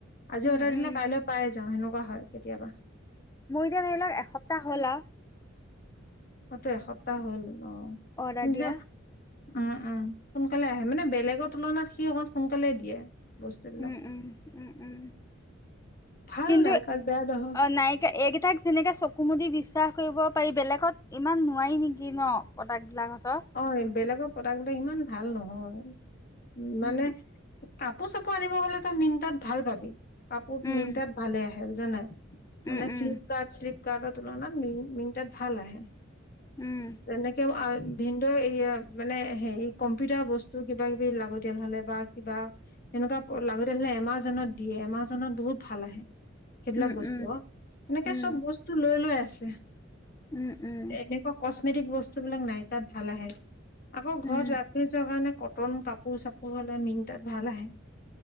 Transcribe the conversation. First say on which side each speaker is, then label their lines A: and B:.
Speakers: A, on the left; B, on the left.
A: আজি
B: উম,
A: অৰ্ডাৰ
B: উম,
A: দিলে কাইলৈ পাই যাওঁ সেনেকুৱা হয় কেতিয়াবা।
B: মোৰ এতিয়া ধৰি লওক এসপ্তাহ হ'ল আৰু।
A: মটো এসপ্তাহ হ'ল। অ
B: অদাৰ
A: তেতিয়া
B: দিয়া।
A: উম, উম সোনকালে আহে মানে বেলেগৰ তুলনাত সি অকমান সোনকালে দিয়ে। বস্তুবিলাক
B: উম, উম, উম, উম।
A: ভাল
B: কিন্তু
A: নাই কাৰণ বেয়া নহয়
B: অ' নাইিকা এইকেইটাক যেনেকাে চ কুমুদি বিশ্বাস কৰিব পাৰি বেলেগত ইমান নোৱাৰি নেকি ন'? প্ৰডাক্ট বিলাকহঁতৰ।
A: অ' বেলেগৰ প্ৰডাক্ট বিলাক ইমান ভাল নহয় উম, মানে
B: উম,
A: কাপোৰ চাপোৰ আনিব হলে তই মিনটাত ভাল পাবি কাপোৰত
B: উম,
A: মিনটাত ভালে আহে বুজানাই। মানে
B: উম, উম,
A: ফ্লিপকাৰ্ট শ্লিপকাৰ্টৰ তুলনাত ম মিনটাত ভাল আহে।
B: উম,
A: যেনেকে ভিনদ এই মানে হেৰি কম্পিউটাৰ বস্তু কিবা কিবি লাগতিয়াল হলে বা কিবা তেনেকুৱা লাগতি হলে এমাজনত দিয়ে এমাজনত বহুত ভাল আহে। সেইবিলাক
B: উম,
A: বস্তু
B: উম,
A: অ' এনেকে
B: উম,
A: চ'ব বস্তু লৈ লৈ আছে।
B: উম, উম,
A: এনেকুৱা কচমেটিক বস্তুবলাক নাইকাত ভাল আহে। আকৌ ঘৰত
B: উম,
A: ৰাতি যোৱাৰ কাৰণে কটন কাপোৰ চাপোৰ হ'লে মিনটাত ভাল আহে।